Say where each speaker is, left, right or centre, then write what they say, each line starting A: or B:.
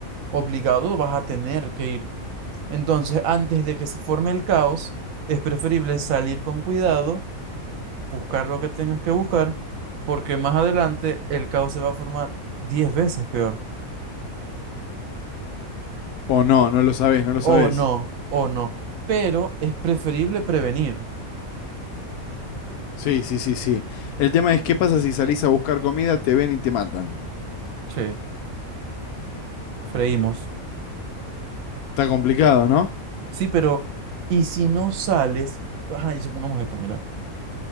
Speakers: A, on the right; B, on the left.
A: obligado vas a tener que ir. Entonces, antes de que se forme el caos, es preferible salir con cuidado buscar lo que tengas que buscar, porque más adelante el caos se va a formar 10 veces peor.
B: O no, no lo sabés, no lo sabés.
A: O no, o no. Pero es preferible prevenir.
B: Sí, sí, sí, sí. El tema es qué pasa si salís a buscar comida, te ven y te matan.
A: Che, freímos.
B: Está complicado, ¿no?
A: Sí, pero ¿y si no sales? Ajá, y supongamos esto, mira.